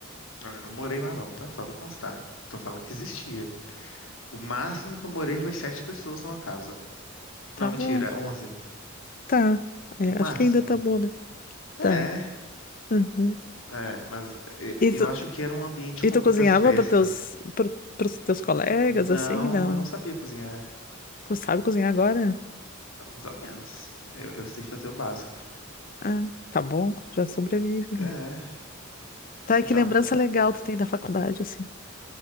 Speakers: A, on the left; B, on the left.
A: Olha, eu não morei lá não, tá? Só pra constar. Tô falando que existia. O máximo que eu morei foi sete pessoas numa casa.
B: Tá
A: Não, mentira,
B: bom.
A: onze.
B: Tá. É,
A: O máximo.
B: acho que ainda tá bom, né?
A: É,
B: Tá. Uhum.
A: é, mas é,
B: E
A: eu
B: tu,
A: acho que era um ambiente
B: e
A: com
B: tu
A: muitas
B: cozinhava
A: festas.
B: para teus, pro- pros teus colegas,
A: Não,
B: assim? Não.
A: eu não sabia cozinhar.
B: Tu sabe cozinhar agora?
A: Mais ou menos. Eu, eu sei fazer o básico.
B: Ah, tá bom. Já sobrevive,
A: É,
B: né? Tá,
A: então.
B: e que lembrança legal tu tem da faculdade, assim.